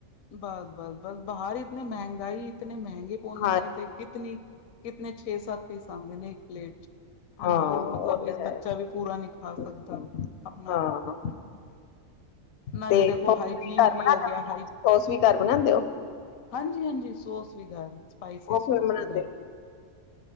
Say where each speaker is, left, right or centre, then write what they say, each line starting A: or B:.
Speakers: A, on the left; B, on the left.
A: ਬਸ ਬਸ ਬਸ ਬਾਹਰ ਇਤਨੇ ਮਹਿੰਗਾਈ ਇਤਨੇ ਮਹਿੰਗੇ ਪਾਉਂਦੇ
B: ਹਾਂ
A: ਨੇ ਤੇ ਕਿ ਕਿਤਨੀ ਕਿਤਨੇ ਛੇ ਸੱਤ ਪੀਸ ਆਉਂਦੇ ਨੇ ਇੱਕ ਪਲੇਟ ਚ
B: ਹਾਂ
A: ਹਨਾ ਉਹ ਮਤਲਬ
B: ਤਾਂ
A: ਇੱਕ
B: ਹੈ
A: ਬੱਚਾ ਵੀ ਪੂਰਾ ਨੀ ਖਾ
B: ਹੂੰ,
A: ਸਕਦਾ ਆਪਣਾ
B: ਹਾਂ
A: ਨਾਲੇ
B: ਤੇ
A: ਦੇਖੋ
B: ਸੋਸ
A: ਹਾਈਜੀਨ
B: ਘਰ
A: ਵੀ
B: ਬਣਾ
A: ਹੋ ਗਿਆ, ਹਾਇ
B: ਸੋਸ ਵੀ ਘਰ ਬਣਾਉਂਦੇ ਹੋ
A: ਹਾਂਜੀ ਹਾਂਜੀ ਸੋਸ ਵੀ ਘਰ, ਸਪਾਈਸੀ
B: ਉਹ
A: ਸੋਸ
B: ਕਿਵੇਂ ਬਣਾਉਂਦੇ
A: ਵੀ ਘਰ